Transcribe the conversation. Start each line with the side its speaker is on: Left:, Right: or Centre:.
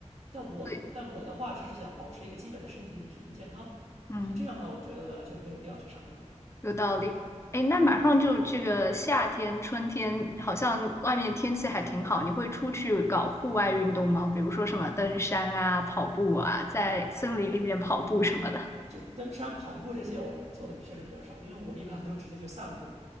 Right: 但我但我的话，
Left: 对，
Right: 只是想保持一个基本的身体身体健康，
Left: 嗯。
Right: 所以这样的话，我觉得就没有必要去上课了。
Left: 有道理。哎，那马上就这个夏天、春天，好像外面天气还挺好。你会出去搞户外运动吗？比如说什么登山啊、跑步啊，在森林里面跑步什么的。
Right: 就登山、跑步这些，我做的确实比较少，因为我一般都直接就散步，